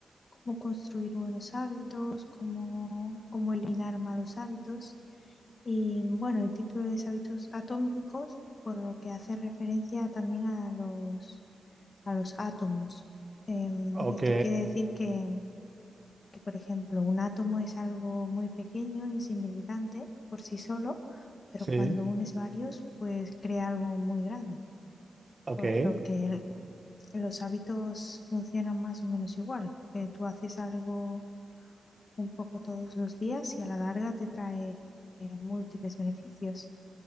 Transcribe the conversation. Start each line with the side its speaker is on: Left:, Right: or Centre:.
Left: cómo construir buenos hábitos, cómo, cómo eliminar malos hábitos. Y bueno, el título es Hábitos atómicos, por lo que hace referencia también a los, a los átomos. Em,
Right: Ok,
Left: esto quiere decir que, que, por ejemplo, un átomo es algo muy pequeño, insignificante por sí solo, pero
Right: sí,
Left: cuando unes varios, pues crea algo muy grande,
Right: ok,
Left: por lo que el- los hábitos funcionan más o menos igual, que tú haces algo un poco todos los días y a la larga te trae eh, múltiples beneficios.